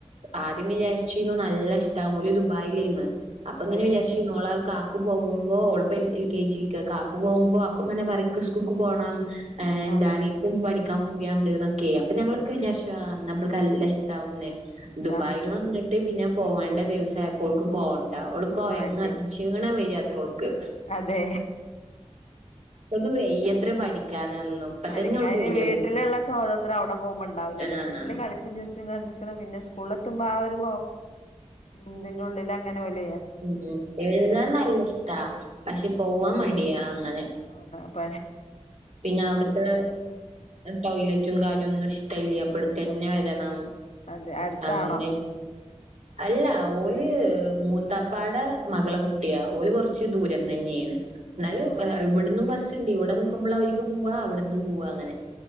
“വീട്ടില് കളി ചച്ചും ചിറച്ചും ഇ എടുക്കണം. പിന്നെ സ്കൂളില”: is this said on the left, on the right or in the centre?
Left